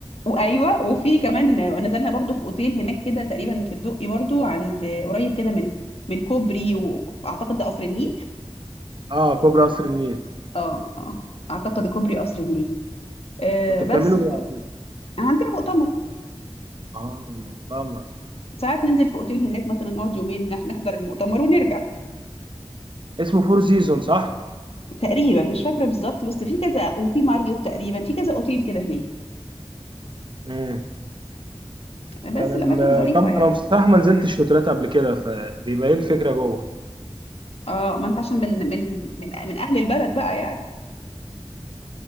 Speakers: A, on the left (about 65°); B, on the right (about 50°).
A: وايوه وفي كمان آه، ونزلنا برضو في اوتيل هناك كده تقريبا في الدقي برضو عند قريب كده من من كوبري واعتقد ده قصر النيل
B: اه كوبري قصر النيل
A: اه اه اعتقد كوبري قصر النيل آه
B: كنت بتعملوا
A: بس ف...
B: ايه على كده
A: عندنا مؤتمر
B: اه المطعم
A: ساعات ننزل في اوتيل هناك مثلا نقعد يومين ن- نحضر المؤتمر ونرجع
B: اسمه فور سيزون صح
A: تقريبا مش فاكره بالظبط بس في كذا وفي ماريوت تقريبا في كذا اوتيل كده هناك
B: امم
A: بس
B: كان
A: الاماكن
B: الكام
A: ظريفه يعني
B: انا بصراحه ما نزلتش شوترات قبل كده فبيبقى ايه الفكره جوه
A: اه ما انت عشان من من من من اهل البلد بقى يعني